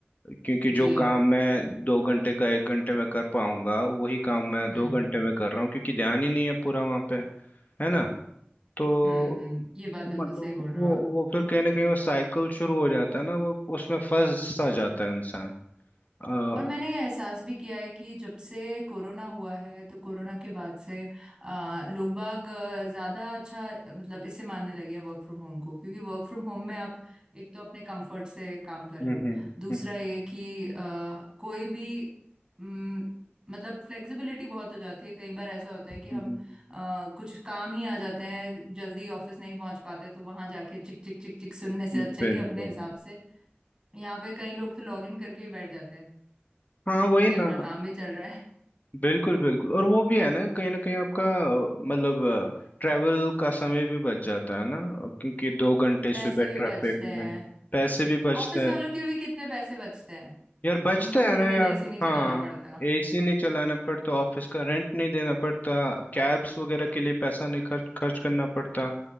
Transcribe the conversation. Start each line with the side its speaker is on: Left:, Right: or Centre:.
Left: क्योंकि
Right: जी
Left: जो काम मैं दो घंटे का एक घंटे में कर पाऊंगा वही काम मैं
Right: हम्म
Left: दो घंटे में कर रहा हूँ क्योंकि ध्यान ही नहीं है पूरा वहां पे है ना तो
Right: हम्म हम्म ये बात बिल्कुल
Left: मतलब
Right: सही बोल रहे
Left: वो
Right: हो आप
Left: वो फिर कहीं ना कहीं वो साइकिल शुरू हो जाता है ना वो उसमें फंस सा जाता है इंसान अ, हम्म
Right: और मैंने ये एहसास भी किया है कि जब से कोरोना हुआ है तो कोरोना के बाद से आ, लोग बाग अ, ज़्यादा अच्छा मतलब इसे मानने लगे हैं वर्क फ्रॉम होम को क्योंकि वर्क फ्रॉम होम में आप एक तो अपने कंफर्ट से काम कर
Left: हम्म
Right: रहे हो दूसरा
Left: हम्म,
Right: ये कि अ, कोई भी अम, मतलब फ्लेक्सिबिलिटी बहुत हो जाती है कई बार ऐसा होता है
Left: हम्म,
Right: कि हम
Left: हम्म।
Right: अ, कुछ काम ही आ जाते हैं जल्दी ऑफिस नहीं पहुंच पाते तो वहां जाके चिक चिक चिक चिक सुनने से
Left: बिल्कुल
Right: अच्छा है कि अपने हिसाब से यहाँ पे कई लोग तो लॉग इन करके ही बैठ जाते हैं
Left: हाँ
Right: कि
Left: वही
Right: ठीक है
Left: ना
Right: अपना काम भी चल रहा है
Left: बिल्कुल बिल्कुल और वो भी है ना कहीं ना कहीं आपका अ, मतलब ट्रैवल का समय भी बच जाता है ना क्योंकि दो घंटे
Right: पैसे
Left: सुबह
Right: भी
Left: ट्रैफिक
Right: बचते
Left: में
Right: हैं
Left: पैसे भी बचते
Right: ऑफिस वालों
Left: हैं
Right: के भी कितने पैसे बचते हैं
Left: यार बचता
Right: उनको
Left: है
Right: पूरे
Left: ना
Right: दिन
Left: यार
Right: एसी नहीं चलाना
Left: हाँ
Right: पड़ता
Left: एसी नहीं चलाना पड़ता ऑफिस का रेंट नहीं देना पड़ता कैब्स वगैरह के लिए पैसा नहीं खर्च खर्च करना पड़ता